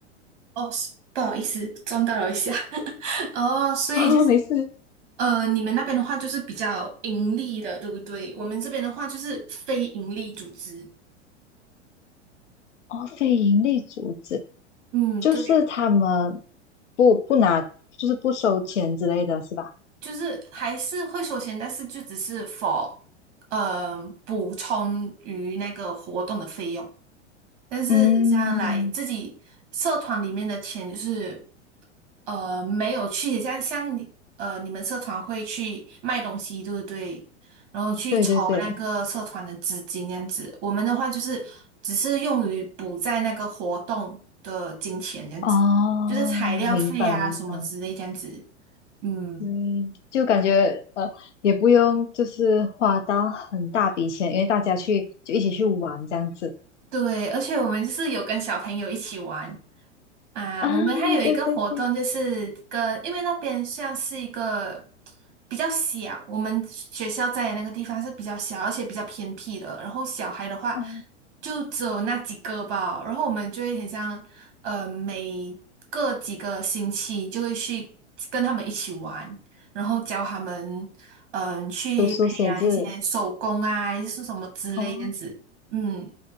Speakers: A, on the right (about 50°); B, on the left (about 75°).
A: 哦，是不好意思，撞到了一下。<laughs> 哦，所以就是
B: <laughs> 哦，没事
A: 呃，你们那边的话就是比较盈利的，对不对？我们这边的话就是非盈利组织。
B: 哦，非盈利组织
A: 嗯，
B: 就是他们
A: 对，
B: 不不拿，就是不收钱之类的是吧？
A: 就是还是会收钱，但是就只是 for 呃补充于那个活动的费用。但是这样来自己社团里面的钱就是。
B: 嗯，
A: 呃，没有去，像像你呃，你们社团会去卖东西，对不对？然后去筹那个社团的资金这样子。
B: 对对对，
A: 我们的话就是只是用于补在那个活动的金钱这样子，
B: 哦，
A: 就是材料费啊什么之类这样子。
B: 明白明白。
A: 嗯，
B: 嗯，就感觉呃，也不用就是花到很大笔钱，因为大家去就一起去玩这样子
A: 对，而且我们就是有跟小朋友一起玩。啊，
B: 啊，
A: 我们还有一个活动，
B: 对对对，
A: 就是跟，因为那边像是一个比较小，我们学校在的那个地方是比较小，而且比较偏僻的。然后小孩的话，
B: 哦，
A: 就只有那几个吧。然后我们就会很像，呃，每个几个星期就会去跟他们一起玩，然后教他们，嗯、去培养一些手工啊，
B: 读书写字，
A: 还是什么之类这样子。
B: 哦，
A: 嗯